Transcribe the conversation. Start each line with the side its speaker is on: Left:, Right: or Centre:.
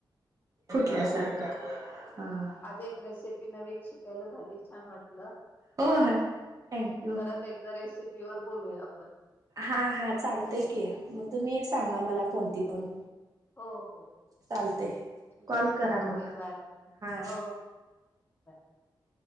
Right: फुटल्यासारखं
Left: चालेल
Right: हा.
Left: आज एक रेसिपी नवीन शिकायला झालय छान वाटल.
Right: हो ह थँक्यू
Left: परत एकदा रेसिपी प्युअर बोलूया आप
Right: हा हा चालतय की मग तुम्ही एक सांगा
Left: हा.
Right: मला कोणती पण
Left: हो हो
Right: चालते.
Left: ठीक
Right: कॉल
Left: आहे
Right: करा
Left: ओके
Right: मग.
Left: बाय
Right: हा.
Left: हो. <inaudible>